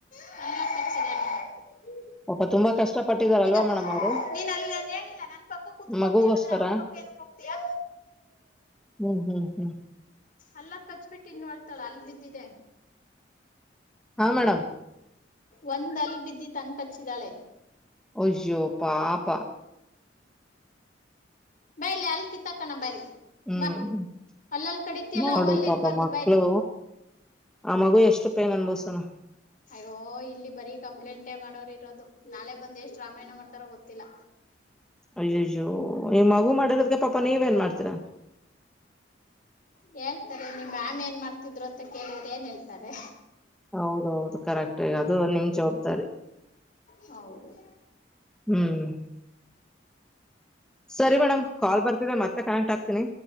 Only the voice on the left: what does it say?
<unintelligible>
ಹದಾ
ನೀನ್ ಅಲ್ಲಿ ನಾನ ಹೇಳಿಲ್ಲ ನನ್ ಪಕ್ಕ ಕುತ್ಕೊಂತ
ಹೇಳಿದ್ರೆ ಅವಳ ಪಕ್ಕ ಏನಕ್ ಹೋಗ್ತೀಯಾ.
ಅಲ್ಲ ಕಚ್ಬಿಟ್ಟ ಇನ್ನು ಅಳ್ತಾಳ ಹಲ್ಲ್ ಬಿದ್ದಿದೆೆ
ಒಂದ್ ಹಲ್ ಬಿದ್ದಿತ ಹಂಗ ಕಚ್ಚಿದಾಳೆ
ಬಾಯಿಲ ಹಲ್ ಕಿತಾಕಣ ಬಾಯಿಲ್
ಬಾ ಹಲ್ಲಲ್ಲಿ ಕಡಿತ ಅಲ್ಲ
ಅವು ಹಲ್ಲ
ಇರ್ಬಾರ್ದು
ಬಾಯಿಲಿ
ಅಯ್ಯೋ ಇಲ್ಲಿ ಬರಿ ಕಂಪ್ಲೇಂಟ್ ಟ್ಟೆ ಮಾಡೋರು ಇರೋದು ನಾಳೆ ಬಂದ ಎಷ್ಟ್ ರಾಮಾಯಣ ಮಾಡ್ತಾರೋ ಗೊತ್ತಿಲ್ಲ
ಹೇಳ್ತಾರೆ ನಿಮ್ಮ ಮ್ಯಾಮ ಏನ್ ಮಾಡ್ತಿದ್ರು ಅಂತ ಕೇಳಿದ್ರ ಏನ್ ಹೇಳ್ತಾರೆ
ಹೌದು